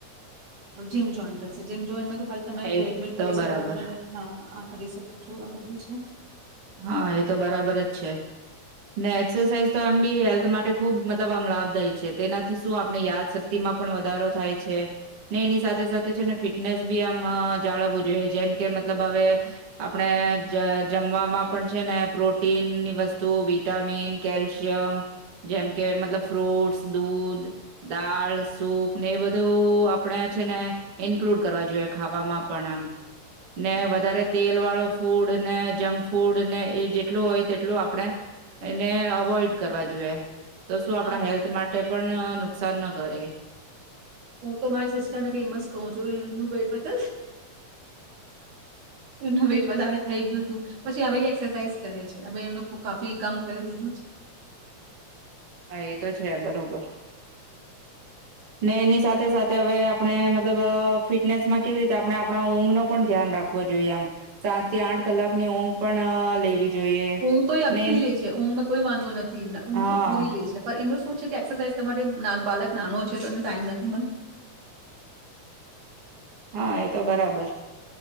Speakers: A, on the right; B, on the right.
A: છેમ જોમ જો હવે તમે ટ્રેડમિલ
B: એ તો
A: કરી
B: બરાબર
A: શકો તમે હા આ કરી શકોું છો આ બધું છે
B: હા એ તો બરાબર જ છે ને એક્સરસાઇઝ તો એમ બી હેલ્થ માટે ખુબ મતલબ આમ લાભદાય છે તેનાથી શું આપણી યાદશક્તિમાં પણ વધારો થાય છે ને એની સાથે સાથે છે ને ફિટનેસ બી આમ જાળવવું જોઈએ જેમ કે મતલબ હવે આપણે જમવામાં ને પ્રોટીનની વસ્તુ વિટામીન કેલ્શિયમ જેમ કે મતલબ ફ્રૂટસ દૂધ દાળ સૂપ ને એ બધું આપણે છે, ને ઈન્કલુડ કરવા જોઈએ ખાવામાં પણ આમ ને વધારે તેલ વાળો ફૂડ ને જંક ફૂડ ફૂડ ને એ જેટલું હોય તેટલું આપણેે એને અવોઈડ કરવા જોઈએ, તો શું આપણા
A: હા
B: હેલ્થ માટે પણ નુકસાન ન ઘરે
A: હું તો મારી સિસ્ટરને ફેમસ કહું છું, એમ વટ એમ વેટ વધ થઈ ગયુંું પછી હવે એસરસાાઈઝ કરે છે, હવે એમનું કાફી કામ કરી દીધું
B: હા એ તો છે બરોબર ને એની સાથે સાથે હવે આપણે મતલબ ફિટનેસ માં કેવી રીતે આપણે આપણા ઊંઘ ન પણ ધ્યાન રાખવો જોઈએ, આમ સાત થી આઠ કલાકની ઊંઘ પણ લેવી જોઈએ
A: ઊંઘ તો એ આખી
B: ને
A: લે છે ઊંઘમાં કોઈ વાંધો નથી, એમને ઊંઘ
B: હા
A: તો પૂરી લે છે પણ એમનું શું છે કે એક્સરસાઇઝ તમારે બાલક નાનો છે, તો એમને ટાઈમ નથી મળ
B: હા એ તો બરાબર